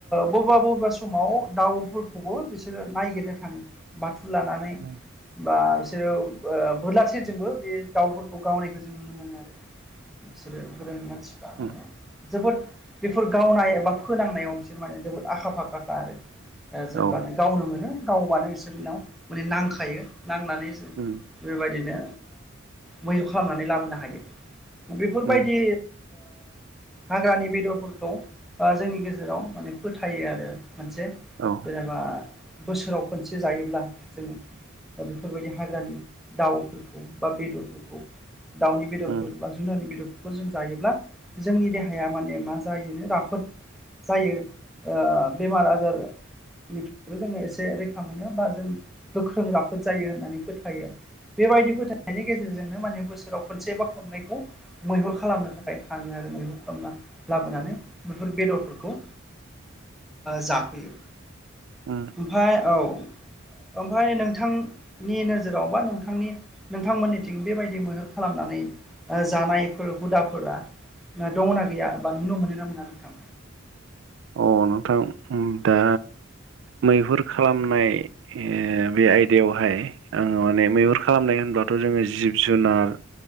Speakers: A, in the centre; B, on the right.
A: बबेबा बबेबा समाव दाउफोरखौबो बिसोरो नायगिरनो थाङो बाथु लानानै
B: उम
A: बा बिसोरो बोरला थिरजोंबो बे दाउफोरखौ गावनायखौ जों नुनो मोनो आरो बिसोरो गोदोनि मानसिफ्रा माने
B: उम
A: जोबोद बेफोर गावनाय एबा फोनांनायाव बिसोर माने जोबोद आखा फाखाखा आरो जेब्लानो
B: औ
A: गावनो मोनो गावबानो बिसोरनिनाव माने नांखायो नांनानै
B: उम
A: बेबायदिनो मैहुर खालामनानै लाबोनो हायो बेफोरबायदि
B: उम
A: हाग्रानि बेदरफोरखौ जोंनि गेजेराव माने फोथायो आरो मोनसे
B: औ
A: जेनेबा बोसोराव खनसे जायोब्ला जों बेफोरबायदि हाग्रानि दाउफोरखौ बा बेदरफोरखौ दाउनि बेदरफोर
B: उम
A: बा जुनारनि बेदरफोर खौ जों जायोब्ला जोंनि देहाया माने मा जायोनो राफोद जायो बेमार आजार निफ्रायबो जोङो एसे रैखा मोनो बा जों गोख्रों राफोद जायो होननानै फोथायो बेबायदि फोथायनायनि गेजेरजोंनो माने बोसोराव खनसे बा खननैखौ मैहुर खालामनो थाखाय थाङो आरो मैहुर खालामना लाबोनानै बेफोर बेदरफोरखौ जाफैयो
B: अ
A: ओमफाय औ ओमफाय नोंथां नि नोजोराव बा नोंथांनि नोंथांमोननिथिं बेबायदि मैहुर खालामनानै ओ जानायफोर हुदाफोरा दङना गैया बा नुनो मोनो ना मोना नोंथां
B: अ नोंथां उम दा मैहुर खालामनाय ओ बे आयदायावहाय आङो माने मैहुर खालामनाय होनब्लाथ' जोङो जिब-जुनार